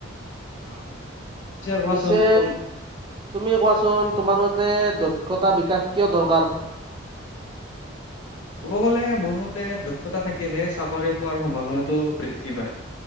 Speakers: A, on the left; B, on the right.
A: অ, কোৱাচোন
B: পিছে
A: তুম
B: তুমি কোৱাচোন, তোমাৰ মতে দক্ষতা বিকাশ কিয় দৰকাৰ?
A: ক'ব গ'লে, মোৰ মতে দক্ষতা থাকিলেহে চাকৰি পোৱাৰ সম্ভাৱনাটো বৃদ্ধি পায়।